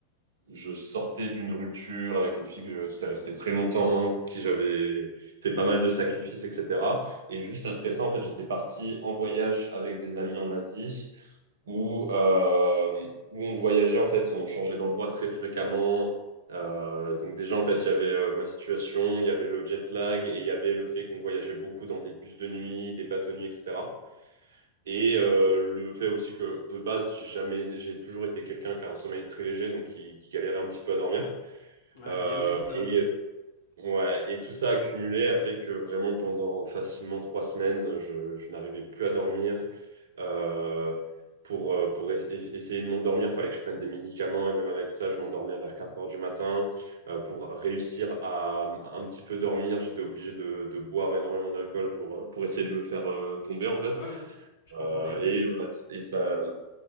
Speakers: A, on the right; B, on the left.
A: je sortais d'une rupture avec une fille que je- j'étais resté très longtemps, pour qui j'avais fait pas mal de sacrifices, etc. Et juste après ça, en fait, j'étais parti en voyage avec des amis en Asie où, euh, où on voyageait, en fait, on changeait d'endroit très fréquemment. Euh, donc déjà, en fait, il y avait euh, ma situation, il y avait le jet lag et il y avait le fait qu'on voyageait beaucoup dans des bus de nuit, des bateaux de nuit, etc. Et euh, le fait aussi que de base, j'ai jamais, j'ai toujours été quelqu'un qui a un sommeil très léger, donc qui, qui galérait un petit peu à dormir.
B: ouais
A: Euh,
B: bienvenue au club.
A: et Ouais, et tout ça accumulé a fait que vraiment pendant facilement trois semaines, je, je n'arrivais plus à dormir. Euh, pour euh, pour es- e- essayer de m'endormir, fallait que je prenne des médicaments et même avec ça, je m'endormais vers 4 heures du matin. Euh, pour réussir à à un petit peu dormir, j'étais obligé de, de boire énormément d'alcool pour euh, pour essayer de me faire euh, tomber en fait.
B: Ouais, ouais, je
A: Euh,
B: comprends bien.
A: et, voilà, et ça.